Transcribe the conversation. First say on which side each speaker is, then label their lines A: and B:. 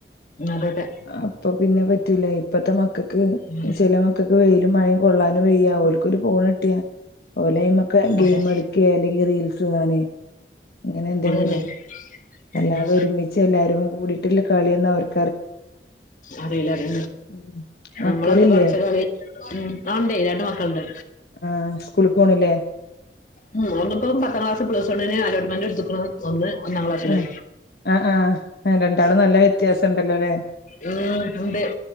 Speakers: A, on the left; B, on the left.
A: അതെ അതെ
B: അപ്പൊ പിന്നെ പറ്റൂല ഇപ്പത്തെ മക്കൾക്ക്
A: ഉം
B: ചലേ മക്കൾക്ക് വെയിലും മഴയും കൊള്ളാനും വെയ്യ ഓലക്കൊരു ഫോണ് കി ട്ടിയാ ഓലൈമ ക്കെ ഗെയിം
A: അതെ
B: കളിക്കഅല്ലെങ്കിൽ റീൽസ് കാണ അങ്ങനെ എന്തെങ്കിലും
A: അതന്നെ ഉം
B: അല്ലാതെ ഒരുമിച്ച് എല്ലാരും കൂടിട്ടുള്ള കളിയന്ന അവർക്ക്
A: അതല്ല അതെ
B: ഉം മക്കളില്ലേ
A: നമ്മളൊക്കെ കളിച്ച ഉ ആഇ ണ്ടേ രണ്ട് മക്കള ഉണ്ട്
B: ആഹ സ്കൂളിൽ പോണില്ലേ
A: ഉ ഒന്നിപ്പ പത്താം ക്ലാസ് പ്ലസ് വണ്ണിന് അലോട്ട്മെന്റ് എടുത്ക്ണ് ഒന്ന് ഒന്നാം ക്ലാസ്സിലാ
B: ആ ആ ആ രണ്ടാളും നല്ല വ്യത്യാസം ഉണ്ടല്ലോ ല്ലേ
A: ഉം ഉണ്ട്